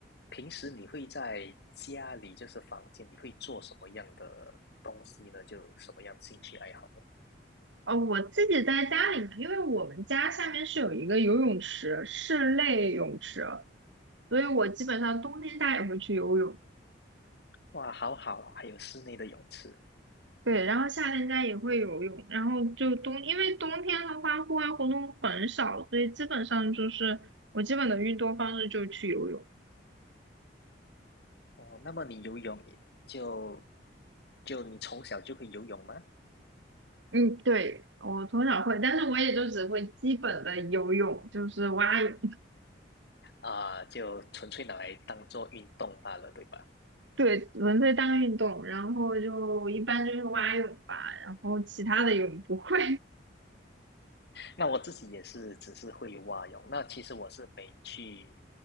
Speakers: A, on the left; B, on the right.
A: 平时你会在家里，就是房间，你会做什么样的东西呢？就什么样的兴趣爱好呢？
B: 哦，我自己在家里面因为我们家下面是有一个游泳池，室内泳池，所以我基本上冬天家也会去游泳，
A: 哇，好好，还有室内的泳池
B: 对，然后夏天家也会游泳，然后就冬，因为冬天的话户外活动很少，所以基本上就是我基本的运动方式就是去游泳。
A: 哦。那么你游泳也就就你从小就会游泳吗？
B: 嗯，对，我从小会，但是我也就只会基本的游泳，就是蛙泳，
A: 啊，就纯粹拿来当做运动罢了，对吧？
B: 对，纯粹当运动，然后就一般就是蛙泳吧，然后其他的泳不会。
A: 那我自己也是只是会蛙泳，那其实我是没去，